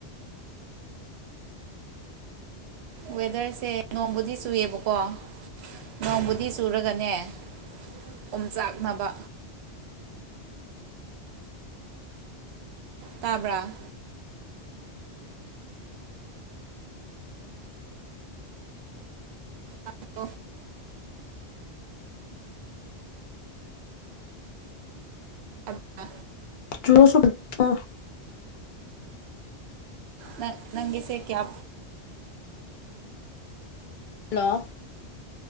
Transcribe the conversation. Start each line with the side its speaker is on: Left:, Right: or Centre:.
Right: ꯋꯦꯗꯔꯁꯦ ꯅꯣꯡꯃꯗꯤ ꯆꯨꯏꯌꯦꯕꯀꯣ ꯅꯣꯡꯕꯨꯗꯤ ꯆꯨꯔꯒꯅꯦ ꯑꯣꯝꯆꯥꯛꯅꯕ ꯇꯥꯕ꯭ꯔꯥ ꯑꯗꯣ ꯇꯥꯕ꯭ꯔꯥ
Left: ꯔꯣꯁꯨ ꯑ
Right: ꯅ ꯅꯪꯤꯁꯦ ꯀꯌꯥ
Left: ꯍꯜꯂꯣ